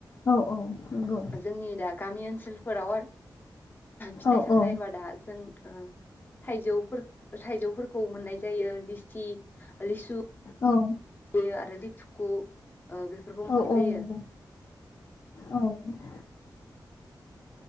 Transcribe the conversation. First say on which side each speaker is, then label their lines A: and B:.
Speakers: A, on the left; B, on the left.
A: औ औ नंगौ
B: जोंनि दा गामि ओनसोल फोराव आरो फिथाइ
A: औ
B: सामथायाइ
A: औ
B: होनबा दा जों ओ थाइजौ थाइजौफोरखौ मोननाय जायो लिसि लिुसु
A: औ
B: बे आरो लिथुखु बेफोरखौ
A: औ
B: मोननाय
A: औ
B: जायो
A: नंगौ औ ओ